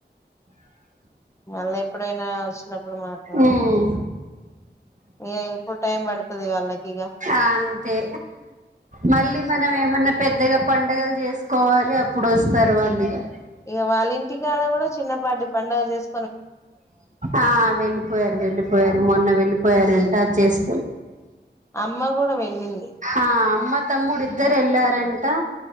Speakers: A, on the left; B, on the right.
A: మళ్ళీ ఎప్పుడైనా వచ్చినప్పుడు మాట్లాడదంట
B: ఉమ్
A: ఏ ఎప్పుడు టైం పడతది వాళ్ళకిగ
B: అంతే మళ్ళీ మనం ఏమన్నా పెద్దగా పండుగలు చేసుకోవాలి అప్పుడు వస్తారు వాళ్ళు ఇగ
A: ఇగ వాళ్ళ ఇంటికాడ కూడా చిన్నపాటి పండుగ చేస్
B: ఆ వెళ్ళిపోయారు వెళ్ళిపోయారు మొన్న వెళ్లిపోయారండి ట చేస్
A: అమ్మ కూడా వెళ్ళింది
B: ఆ అమ్మ తమ్ముడు ఇద్దరు ఎళ్ ఏంటా